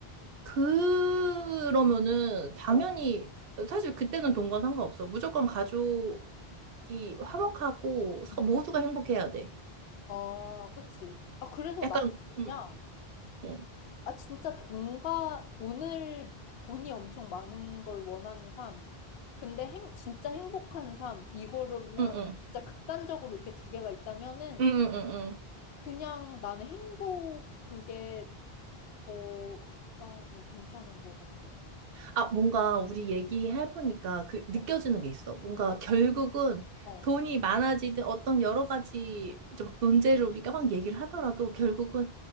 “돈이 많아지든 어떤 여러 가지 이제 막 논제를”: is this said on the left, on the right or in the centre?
Right